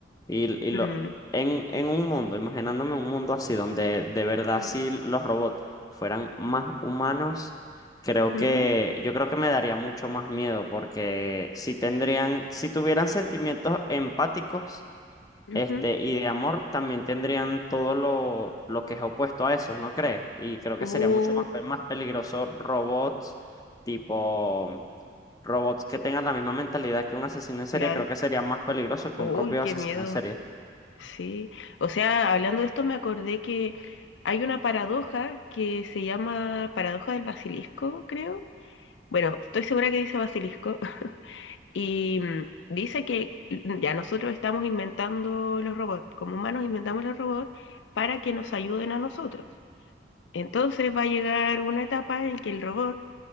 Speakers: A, on the left; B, on the left.
A: Y, y
B: Mm,
A: lo, en, en un mundo, imaginándome un mundo así, donde de verdad
B: claro.
A: si los robots fueran más humanos, creo
B: Ujú,
A: que, yo creo que me daría mucho más miedo, porque si tendrían, si tuvieran sentimientos empáticos,
B: ujú.
A: este, y de amor, también tendrían todo lo, lo que es opuesto a eso, ¿no crees? Y creo que
B: Uh,
A: sería mucho más, pe- más peligroso robots tipo robots que tengan la misma mentalidad que un asesino en serie,
B: claro.
A: creo que sería más peligroso que
B: Uy,
A: un propio
B: qué
A: asesino
B: miedo.
A: en serie.
B: Sí. O sea, hablando de esto, me acordé que hay una paradoja que se llama paradoja del basilisco, creo. Bueno, estoy segura que dice basilisco. <laughs> Y mm, dice que mm, ya nosotros estamos inventando los robots, como humanos inventamos los robots para que nos ayuden a nosotros. Entonces va a llegar una etapa en que el robot